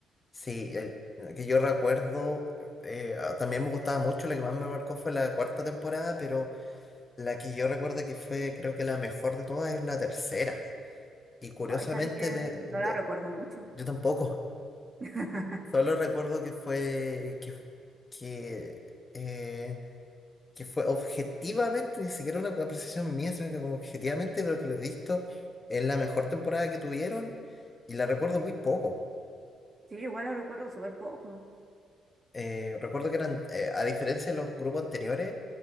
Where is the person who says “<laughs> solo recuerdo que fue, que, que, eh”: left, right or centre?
Left